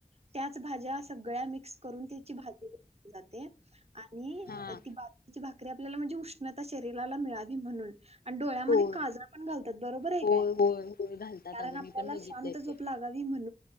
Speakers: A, on the right; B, on the left.
A: त्याच भाज्या सगळ्या एकत्र करून त्याची भाजी केली जाते., आणि
B: हा
A: ती भाजरी ची भाकरी आपल्याला म्हणजे उष्णता शरीराला मिळावी म्हणून आणि डोळ्यामध्ये
B: होय
A: काजळ पण घालतात. बरोबर आहे
B: होय
A: का?
B: होय होय घालतात
A: कारण
B: अगं
A: आपल्याला
B: मी पण बघितलंय
A: शांत झोप
B: ते
A: लागावी म्हण,